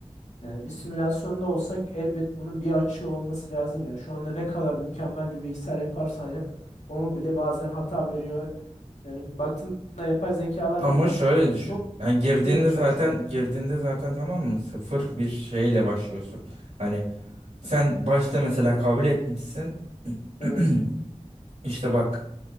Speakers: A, on the left; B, on the right.
A: yani bir simülasyonda olsak elbet bunun bir açığı olması lazım yani şu anda ne kadar mükemmel bir bilgisayar yaparsan yap onu bile bazen hata veriyor. Yani baktığında yapay zekalar
B: Ama
A: bile
B: şöyle
A: so-
B: düşün. Yani girdiğinde
A: suyla çalışıyor.
B: zaten girdiğinde zaten tamam mı? Sıfır bir şeyle başlıyorsun. Hani sen başta mesela kabul etmişsin. <clears throat>
A: Evet.
B: İşte bak